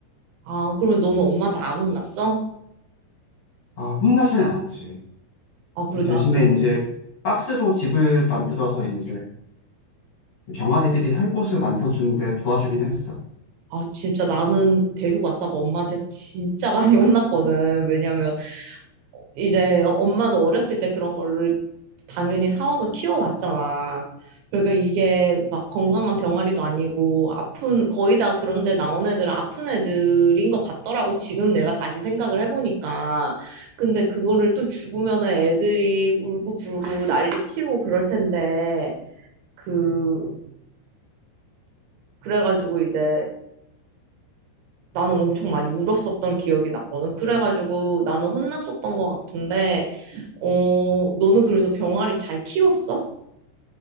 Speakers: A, on the right (about 75°); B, on the left (about 40°).
A: 아, 그러면 너는 엄마한테 안 혼났어?
B: 아, 혼나진 않았지.
A: 아, 그래.
B: 대신에
A: 나는,
B: 이제
A: 응.
B: 박스로 집을 만들어서 이제 병아리들이 살 곳을 만들어주는데 도와주긴 했어.
A: 아, 진짜 나는 데리고 왔다가 엄마한테 진짜 많이 혼났거든. 왜냐면 이제 엄마도 어렸을 때 그런 거를 당연히 사와서 키워왔잖아. 그러니까 이게 막 건강한 병아리도 아니고 아픈, 거의 다 그런데 나온 애들은 아픈 애들인 것 같더라고. 지금 내가 다시 생각을 해보니까. 근데 그거를 또 죽으면 애들이 울고 불고 난리 치고 그럴 텐데. 그 그래가지고 이제 나는 엄청 많이 울었었던 기억이 났거든. 그래가지고 나는 혼났었던 것 같은데, 어, 너는 그래서 병아리 잘 키웠어?